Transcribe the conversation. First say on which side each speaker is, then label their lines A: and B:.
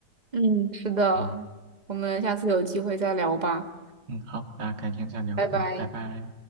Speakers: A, on the right; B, on the right.
A: 嗯，是的，
B: 嗯
A: 我们下次有机会再聊吧，
B: 嗯，好，那改天再聊。
A: 拜拜。
B: 嗯，拜拜。